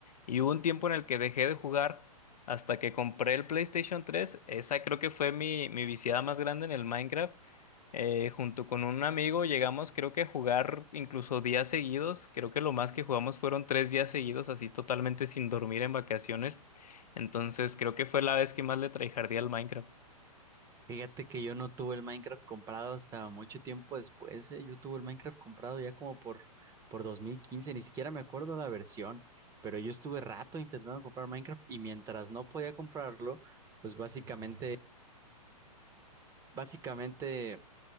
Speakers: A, on the left; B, on the right.
A: y hubo un tiempo en el que dejé de jugar hasta que compré el PlayStation 3. Esa creo que fue mi, mi viciada más grande en el Minecraft. Eh, junto con un amigo llegamos creo que a jugar incluso días seguidos. Creo que lo más que jugamos fueron tres días seguidos así totalmente sin dormir en vacaciones. Entonces creo que fue la vez que más le tryhardé al Minecraft.
B: Fíjate que yo no tuve el Minecraft comprado hasta mucho tiempo después, eh. Yo tuve el Minecraft comprado ya como por, por 2015, ni siquiera me acuerdo la versión, pero yo estuve rato intentando comprar Minecraft y mientras no podía comprarlo, pues básicamente, básicamente